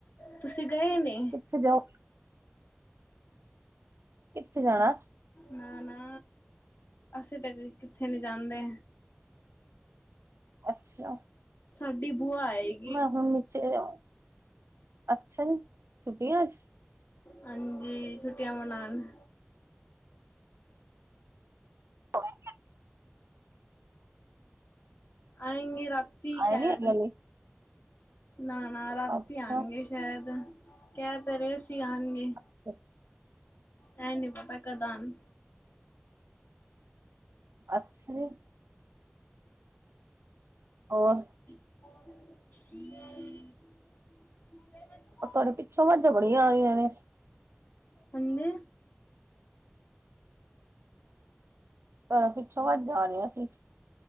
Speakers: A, on the left (about 60°); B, on the right (about 85°).
A: ਤੁਸੀਂ ਗਏ ਨੀ
B: ਤੁਸੀ ਜਾਓ ਕਿੱਥੇ ਜਾਣਾ?
A: ਨਾ-ਨਾ ਅਸੀਂ ਤੇ ਬਈ ਕਿੱਥੇ ਨੀ ਜਾਂਦੇ।
B: ਅੱਛਾ।
A: ਸਾਡੀ ਬੂਆ ਆਈ
B: ਮੈਂ ਹੁਣ ਨੀਚੇ ਆ ਅੱਛਾ ਜੀ, ਛੁੱਟੀਆਂ ਚ
A: ਹਾਂਜੀ, ਛੁੱਟੀਆਂ ਮਨਾਣ <inaudible>
B: <unintelligible>
A: ਆਏਂਗੇ ਰਾਤੀ
B: ਆਏ
A: ਸ਼ਐਦ,
B: ਨੀ ਹੈਗੇ ਹਲੇ?
A: ਨਾ-ਨਾ ਰਾਤੀ
B: ਅੱਛਾ,
A: ਆਨਗੇ ਸ਼ਐਦ, ਕੈ ਤੇ ਰੇ ਸੀ ਆਣਗੇ।
B: ਅੱਛਾ।
A: ਐ ਨੀ ਪਤਾ ਕਦ ਆਨ
B: ਅੱਛਾ ਜੀ। ਹੋਰ
A: <unintelligible>
B: ਐ ਤੁਆਡੇ ਪਿੱਛੋਂ ਵਾਜਾਂ ਬੜੀਆਂ ਆ ਰੀਈਆਂ ਨੇ
A: ਹਾਂਜੀ
B: ਪਲਾ ਪਿੱਛੋਂ ਵਾਜਾ ਆ ਰੀਆ ਸੀ